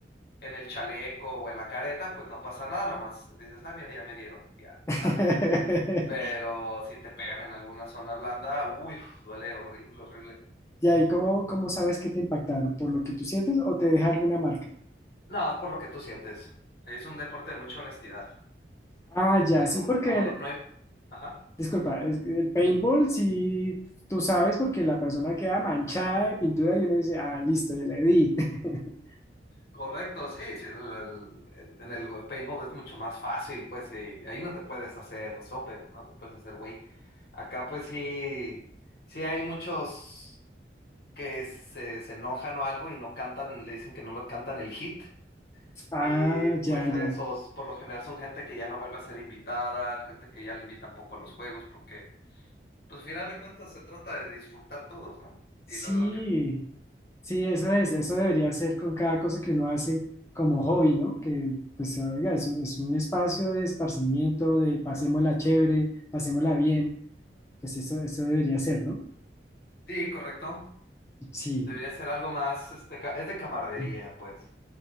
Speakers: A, on the left (about 60°); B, on the left (about 15°).
A: en el chaleco o en la careta, pues no pasa nada, nomás dices, ah, mira, ya me dieron, ya te
B: <laughs>
A: sales. Pero si te pegan en alguna zona blanda, uy, duele horrible, horrible.
B: y ahí cómo, cómo sabes que te impactaron? ¿Por lo que tú sientes o te deja alguna marca? <clears throat>
A: No, por lo que tú sientes. Es un deporte de mucha honestidad,
B: Ah, ya,
A: de
B: sí,
A: como,
B: porque
A: como no, no hay... Ajá.
B: Disculpa, es que paintball si tú sabes porque la persona queda manchada de pintura y uno dice, ah, listo, ya le di. <laughs>
A: Correcto, sí, sí, el- el- el- en el paintball es mucho más fácil, pues que ahí no te puedes hacer sope, no te puedes hacer güey. Acá pues sí, sí hay muchos que se, se enojan o algo y no cantan, le dicen que no lo cantan el hit.
B: Ah,
A: Y pues
B: ya,
A: a
B: ya.
A: esos por lo general son gente que ya no vuelve a ser invitada, gente que ya le invitan poco a los juegos, porque pues al final de cuentas se trata de disfrutar todos, ¿no?
B: Sí,
A: Y la verdad que
B: Sí, eso es, eso debería ser con cada cosa que uno hace como hobby, ¿no? Que pues oiga, es un, es un espacio de esparcimiento, de pasémosla chévere, pasémosla bien, pues eso, eso debería ser, ¿no?
A: sí, correcto.
B: Sí,
A: Debería ser algo más, este, ca- es de camaradería,
B: <clears throat>
A: pues.